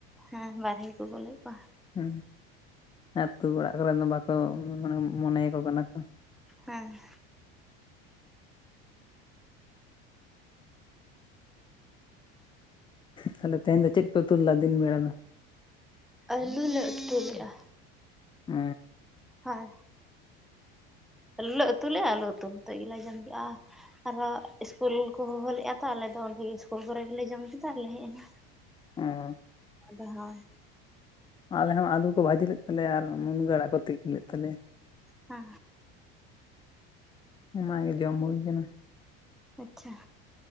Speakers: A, in the centre; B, on the left (about 15°).
A: ᱦᱮ ᱵᱟᱨᱦᱮ ᱠᱚ ᱠᱚᱞᱮᱫ ᱠᱚᱣᱟ
B: ᱦᱩ ᱟᱛᱳ ᱚᱲᱟᱜ ᱠᱚᱨᱮ ᱫᱚ ᱵᱟᱠᱚ ᱢᱟᱱᱮ ᱢᱚᱱᱮᱭᱟᱠᱚ ᱠᱟᱱᱟ ᱠᱚ
A: ᱦᱮ
B: ᱛᱟᱦᱞᱮ ᱛᱮᱦᱮᱧ ᱫᱚ ᱪᱮᱫ ᱯᱮ ᱩᱛᱩ ᱞᱮᱫᱟ ᱫᱤᱱ ᱵᱮᱲᱟ ᱫᱚ
A: ᱟᱹᱞᱩ ᱞᱮ ᱩᱛᱩ ᱞᱮᱜ-ᱟ
B: ᱩᱻ
A: ᱦᱳᱭ ᱟᱞᱩ ᱞᱮ ᱩᱛᱩ ᱞᱮᱜ-ᱟ ᱟᱞᱩ ᱩᱛᱩ ᱟᱛᱮ ᱜᱮᱞᱮ ᱡᱚᱢ ᱠᱮᱜ-ᱟ ᱟᱨᱚ ᱤᱥᱠᱩᱞ ᱠᱚ ᱦᱚᱦᱚ ᱞᱮᱜ-ᱟ ᱛᱚ ᱟᱞᱮ ᱫᱚ ᱚᱸᱰᱮ ᱥᱠᱩᱞ ᱠᱚᱨᱮ ᱜᱮᱞᱮ ᱡᱚᱢ ᱠᱮᱫᱟ ᱟᱨᱞᱮ ᱦᱮᱡ ᱮᱱᱟ
B: ᱦᱮᱸ
A: ᱟᱫᱚ ᱦᱳᱭ
B: ᱟᱞᱮ ᱦᱚᱸ ᱟᱞᱩ ᱠᱚ ᱵᱷᱟᱹᱡᱤ ᱞᱮᱫ ᱛᱟᱞᱮᱭᱟ ᱟᱨ ᱢᱩᱱᱜᱟᱹ ᱟᱲᱟᱜ ᱠᱚ ᱛᱤᱠᱤ ᱞᱮᱫ ᱛᱟᱞᱮᱭᱟ
A: ᱦᱚ
B: ᱚᱱᱟᱜᱮ ᱡᱚᱢ ᱦᱩᱭ ᱠᱟᱱᱟ
A: ᱟᱪᱪᱷᱟ